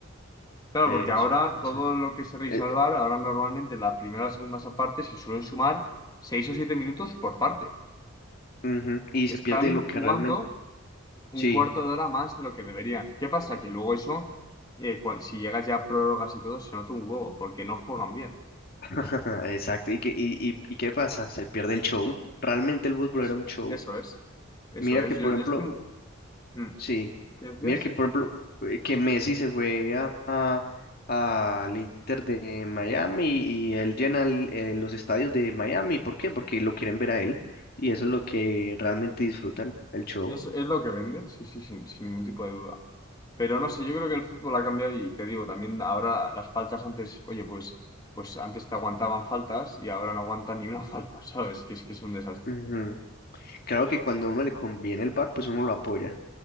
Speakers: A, on the left (about 20°); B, on the left (about 50°).
A: Claro,
B: Eso,
A: porque ahora
B: exacto.
A: todo lo que se revisa
B: Eh,
A: al VAR, ahora normalmente la primera o la segunda parte se suelen sumar seis o siete minutos por parte.
B: ujú, Y
A: Están
B: se pierde lo que
A: jugando
B: realmente,
A: un
B: sí,
A: cuarto de hora más de lo que deberían. ¿Qué pasa? Que luego eso, eh, cua- si llegas ya a prórrogas y todo, se nota un huevo, porque no juegan bien.
B: <laughs> exacto. ¿Y qué, y, y, y qué pasa? Se pierde el show. Realmente el fútbol
A: Eso,
B: era un show.
A: eso es. Eso
B: Mira
A: es.
B: que,
A: Yo,
B: por
A: yo
B: ejemplo,
A: estoy... Mm.
B: Sí,
A: ¿Qué decías?
B: mira que por ejemplo eh, que Messi se fue a, a- al Inter de Miami y él llena el- eh, los estadios de Miami. ¿Por qué? Porque lo quieren ver a él y eso es lo que realmente disfrutan, el show.
A: Es, es lo que vende, sí, sí, sin, sin ningún tipo de duda. Pero no sé, yo creo que el fútbol ha cambiado y te digo, también ahora las faltas antes, oye, pues, pues antes te aguantaban faltas y ahora no aguantan ni una <laughs> falta, ¿sabes? Que es que es un desastre.
B: Ujú. Claro que cuando a uno le conviene el bar, pues uno lo apoya.